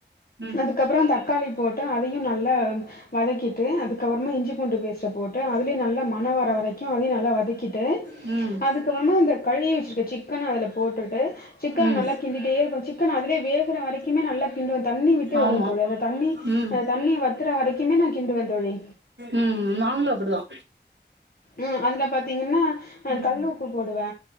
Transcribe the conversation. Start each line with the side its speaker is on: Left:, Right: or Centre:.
Right: ம்
Left: அதுக்கப்றோ தக்காளி போட்டு அதையு நல்லா வதக்கிட்டு அதுக்கப்புறமா இஞ்சி பூண்டு பேஸ்ட போட் டு அதுலியு நல்லா மன வர வரைக்கு அதே நல்லா வதக்கிட்டு
Right: ம்
Left: அதுக்கப்புறமா அந்த கழுவி வச்சிக்கிற சிக் கன அதுல போட்டுட்டு சிக்கன
Right: ம்
Left: நல்லா கிண்டிட்டே இருப்ப சிக்கன அதுலே வேகுற வரைக்கிமே நல்லா கிண்டுவ தண்ணி விட்டு வரு
Right: ஆமா
Left: தோழி அந்த தண்ணி
Right: ம்
Left: அந்த தண்ணி வத்துற வரைக்குமே நா கிண்டுவ தோழி
Right: உம் நாங்களு அப்பிடிதா
Left: ம் அதுல பாத்தீங்கன்னா அ
Right: ம்
Left: கல் உப்பு போடுவே